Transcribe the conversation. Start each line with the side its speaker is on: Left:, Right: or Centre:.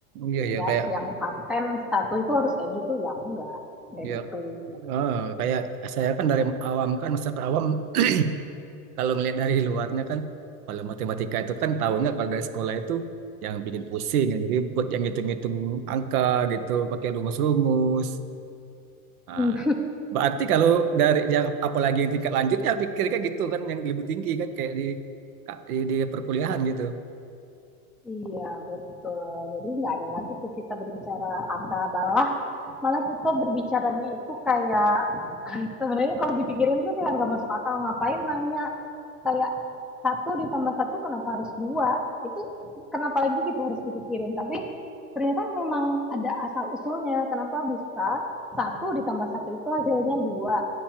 Right: Iya ya
Centre: ya
Right: kayak
Centre: yang paten satu itu harus kayak gitu ya enggak kayak
Right: ya
Centre: gitu
Right: ah, kayak saya kan dari awam kan masyarakat awam <clears throat> kalau ngelihat dari luarnya kan kalau matematika itu kan tahunya kalau dari sekolah itu yang bikin pusing, yang ribut, yang ngitung-ngitung angka gitu, pakai rumus-rumus. Nah,
Centre: Hmm.
Right: berarti kalau dari yang apalagi yang tingkat lanjutnya pikirnya gitu kan yang lebih tinggi kan kayak di di, di perkuliahan gitu.
Centre: iya betul jadi nggak ada lagi tuh kita berbicara angka bawah malah kita berbicaranya itu kayak sebenarnya kalau dipikirin tuh kayak nggak masuk akal ngapain nanya kayak satu ditambah satu kenapa harus dua itu kenapa lagi kita harus dipikirin tapi ternyata memang ada asal usulnya kenapa bisa satu ditambah satu itu hasilnya dua